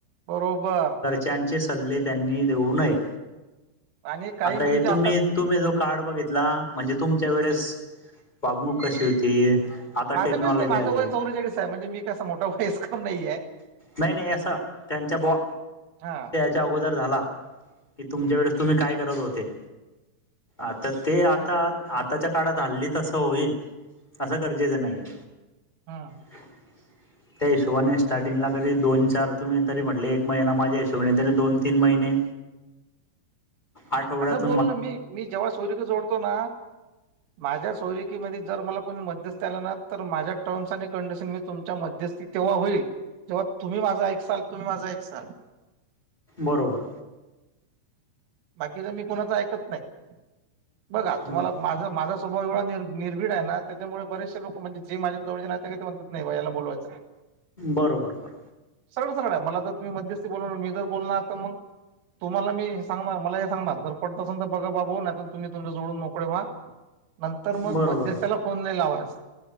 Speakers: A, on the right; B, on the left.
A: बरोबर
B: त्यांचे सल्ले त्यांनी देऊ नये.
A: आणि काही
B: आता
A: मुली
B: हे
A: जा
B: तुम्ही जो कार्ड बघितला म्हणजे तुमच्या वेळेस वागणूक कशी होती आता
A: माझ
B: टेक्नॉलॉजी
A: कस नाही माझं
B: आली
A: वय चौवेचाळीस आहे म्हणजे मी कसं मोठा वयस्कर नाहीये.
B: नाही नाही असं त्यांच्या बो
A: हा.
B: त्या अगोदर झाला की तुमच्या वेळेस तुम्ही काय करत होते. आता ते आता आताच्या काळात हल्ली तसं होईल असं गरजेचं नाहीये.
A: हा.
B: <inaudible> त्या हिशोबाने स्टार्टिंगला तरी दोन चार तुम्ही तरी म्हटले एक महिना माझ्या हिशोबाने तरी दोन तीन महिने आठवड्यात
A: बोल ना मी जेव्हा सोरीकी जोडतो ना माझ्या सोयिकेमध्ये जर मला कोणी मध्यस्थी आला ना तर माझ्या टर्म्स आणि कंडिशन मी तुमच्या मध्यस्थी. तेव्हा होईल जेव्हा तुम्ही माझ एकसाल तुम्ही माझ एकसाल.
B: बरोबर
A: बाकीच मी कुणाच ऐकत नाही बघा
B: बरोबर.
A: तुम्हाला माझ माझ स्वाभाव एवढा निर निर्भीड आहे ना त्याच्यामुळे बरेचसे लोक म्हणजे माझ्या जवळचे नातेवाईक आहेत ते म्हणतात नाही बा याला बोलवायच हाय
B: बर बर बर
A: सरळ सरळ आहे मला तर तुम्ही मध्यस्थी बोललाणार मी जर बोलणार तर मग तुम्हाला मी सांगणार मला हे सांगणार जर पटत असल तर बघा बाबू नाही तर तुम्ही तुमच्या जोडून मोकळे व्हा नंतर मगं
B: बरोबर
A: मध्यस्थ्याला फोन नाय लावायचा.